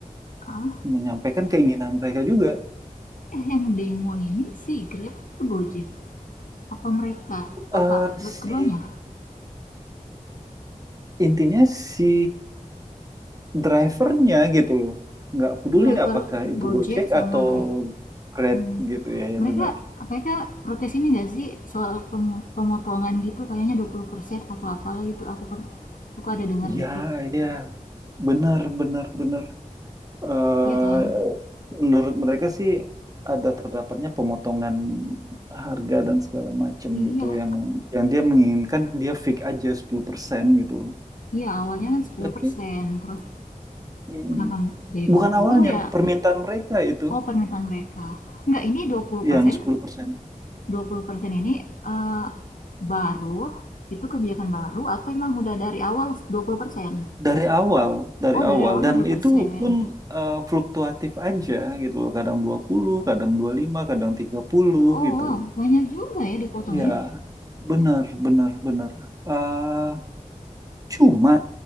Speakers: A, on the left; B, on the right.
A: ah
B: menyampaikan keinginan mereka juga.
A: eh yang demo ini si Grab atau Gojek apa mereka
B: Eh
A: apa
B: si
A: keduanya
B: intinya si drivernya gitu loh. Nggak peduli
A: driver
B: apakah itu
A: Gojek
B: Gojek atau
A: sama Grab
B: Grab
A: Mmm,
B: gitu ya, ya
A: mereka
B: benar.
A: mereka protes ini nggak sih soal pem pemotongan gitu kayaknya 20% atau apalah gitu aku per aku ada dengar
B: Iya,
A: dikit,
B: iya. Benar, benar, benar. Eh,
A: iya kan?
B: menurut mereka sih ada terdapatnya pemotongan harga dan segala macam
A: Iya
B: gitu yang yang dia menginginkan dia fix aja 10% gitu loh.
A: iya awalnya kan sepuluh
B: Tapi
A: persen terus
B: mm,
A: kenapa jadi dua
B: bukan
A: puluh
B: awalnya
A: ya?
B: permintaan mereka itu
A: Oh permintaan mereka. nggak ini dua dua puluh
B: yang
A: persen
B: sepuluh persen
A: 20% ini, eee, baru itu kebijakan baru atau emang udah dari awal dua puluh persen
B: Dari awal, dari
A: Oh dari
B: awal
A: awal
B: dan
A: dua puluh persen
B: itu pun eh, fluktuatif aja gitu loh. Kadang 20, kadang 25, kadang 30
A: Oh
B: gitu.
A: wow banyak juga ya dipotongnya.
B: Iya, benar, benar, benar. Eh, cuma,